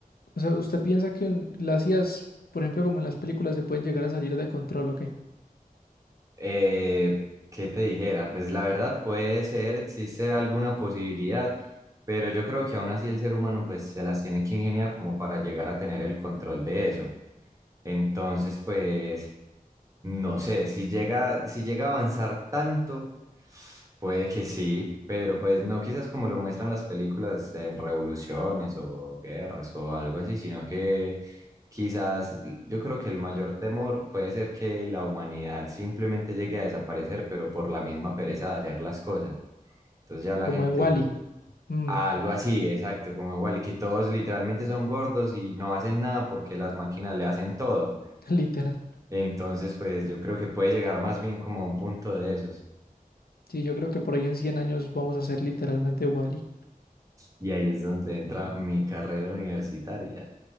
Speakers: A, on the left; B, on the right.
A: O sea, ¿usted piensa que un- las IAs, por ejemplo, como en las películas, se pueden llegar a salir de control o qué?
B: Eh, ¿qué te dijera? Pues la verdad puede ser, existe alguna posibilidad, pero yo creo que aún así el ser humano pues se las tiene que ingeniar como para llegar a tener el control de eso. Entonces, pues, no sé, si llega, si llega a avanzar tanto, puede que sí, pero pues no quizás como lo muestran las películas en revoluciones o guerras o algo así, sino que quizás yo creo que el mayor temor puede ser que la humanidad simplemente llegue a desaparecer, pero por la misma pereza de hacer las cosas. Entonces ya la
A: Como
B: gente...
A: en Wall-E. Mm,
B: Algo así, exacto, como igual, que todos literalmente son gordos y no hacen nada porque las máquinas le hacen todo.
A: <laughs> literal.
B: Entonces, pues yo creo que puede llegar más bien como a un punto de esos.
A: Sí, yo creo que por ahí en 100 años vamos a ser literalmente Wall-E.
B: Y ahí es donde entra mi carrera universitaria.